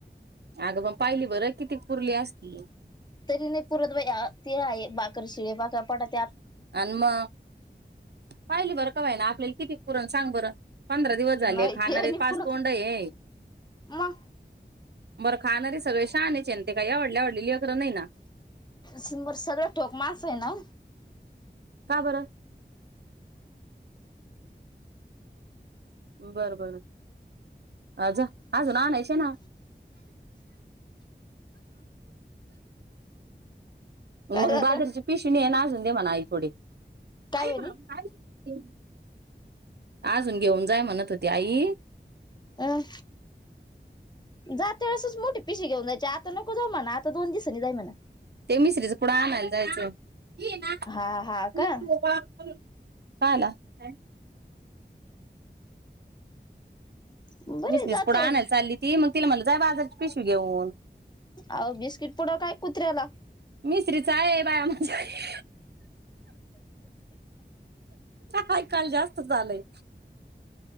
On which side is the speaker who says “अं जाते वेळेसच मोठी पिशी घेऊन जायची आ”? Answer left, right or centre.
Left